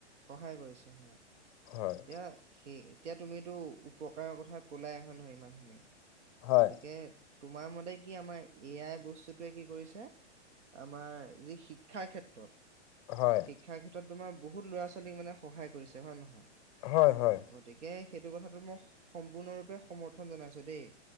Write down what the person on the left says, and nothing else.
হয়
হয়
হয়
হয়, হয়।